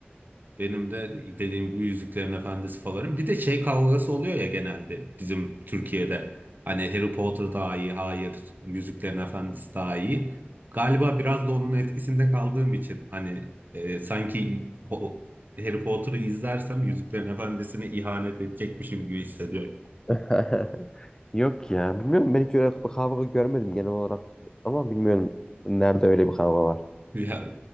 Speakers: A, on the right (about 50°); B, on the left (about 20°).
A: Benim de dediğim gibi Yüzüklerin Efendisi favorim. Bir de şey kavgası oluyor ya genelde bizim Türkiye'de. Hani Harry Potter daha iyi, hayır, Yüzüklerin Efendisi daha iyi. Galiba biraz da onun etkisinde kaldığım için hani e, sanki o- Harry Potter'ı izlersem Yüzüklerin Efendisi'ne ihanet edecekmişim gibi hissediyorum.
B: <laughs> Yok ya. Bilmiyorum ben hiç öyle bir kavga görmedim genel olarak. Ama bilmiyorum nerede öyle bir kavga var.
A: Ya,